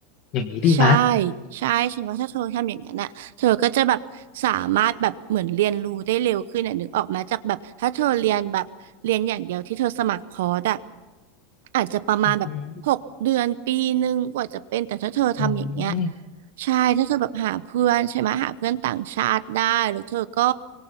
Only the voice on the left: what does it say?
อย่างนี้ดีไหมย
อือหืออืม